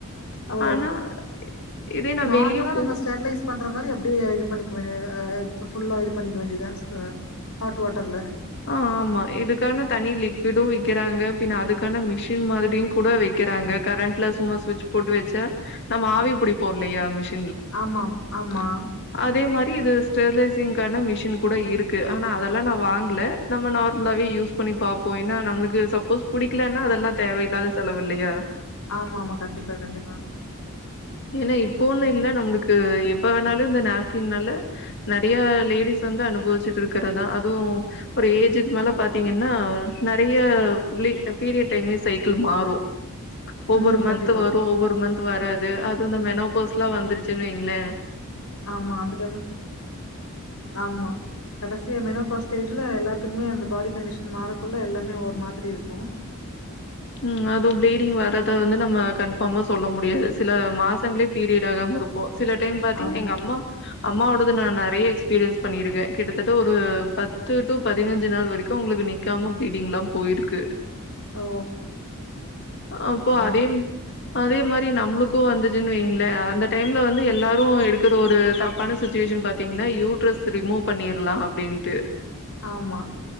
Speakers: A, on the left; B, on the left.
A: ஓ
B: ஆனா இதே நா
A: நார்மலா
B: வெளிய போ
A: நம்ம ஸ்டெர்லைஸ் பண்ற மாரி அப்டியே இது பண்ணிக்க வேண்டிய அ ஃபுல்லா இது பண்ணிக்க வேண்டியதுதா சிஸ்டர் ஹாட் வாட்டர்ல
B: ஆ ஆமா இதுக்கான தனி லிக்விடு விக்கிறாங்க பின்ன அதுக்கான மிஷின் மாதிரியு கூட வெக் க்கிறாங்க கரண்ட்ல சும்மா சுவிட்ச் போட்டு வெச்ச நம்ம ஆவி புடிப்போ இல்லயா மிஷின்
A: ஆமாம் ஆமா
B: அதே மாரி இது ஸ்டெர்லைசிங்கான மிஷின் கூட இருக்கு ஆனா அதெல்லா நா வாங்ல நம்ம நார்மலாவே யூஸ் பண்ணி பாப்போ ஏனா நம்மளுக்கு சப்போஸ் புடிக்கலனா அதெல்லா தேவையில்லாத செலவு இல்லயா
A: ஆமாம்மா கண்டிப்பா கண்டிப்பாங்க
B: ஏனா இப்போன்னு இல்ல நம்மளுக்கு எப்ப வேணாலு இந்த நாப்கின்னால நெறையா லேடீஸ் வந்து அனுபவிச்சுட்ருக்குறதுதா அதுவு ஒரு ஏஜுக்கு மேல பாத்தீங்கனா நெறைய பிளி அ பீரியட் டைமே சைக்கிள் மாறு ஒவ்வொரு
A: ம்.
B: மந்த்து
A: கண்டிப்பா.
B: வரு ஒவ்வொரு மந்த்து வராது அது இந்த மெனோபோர்ஸ்லா வந்துருச்சுனு வைங்ளே
A: ஆமா அந்த டைம் ஆமா கடசியா மெனோபா ஸ்டேஜ்ல எல்லாத்துக்குமே அந்த பாடி கண்டிஷன் மாறக்குள்ள எல்லாமே ஒரு மாதிரி இருக்கு
B: ம் அதுவு ப்ளீடிங் வர்றத வந்து நம்ம கன்ஃபார்மா சொல்ல முடியாது சில மாசங்களே பீரியட் ஆகம இருப் ப்போ சில டைம் பாத்தீங்கனா
A: ஆமா.
B: எங்க அம்மா அம்மாவோடது நா நெறைய எக்ஸ்பீரியன்ஸ் பண்ணிருக்கே கிட்டத்தட்ட ஒரு பத்து டூ பதினஞ்சு நாள் வரைக்கு அவ்ங்களுக்கு நிக் க்காம பிளீடிங்லா போயிருக்கு
A: ஓ
B: அப்போ அதயு
A: அதான்.
B: அதே மாரி நம்மளுக்கு வந்துச்சுன்னு வையிங்களே அந்த டைம்ல வந்து எல்லாரு எடுக்ற ஒரு தப்பான சுச்சுவேஷன் பாத்தீங்கன்னா யூட்ரஸ் ரிமூவ் பண்ணிடலா அப்டின்ட்டு
A: ஆமா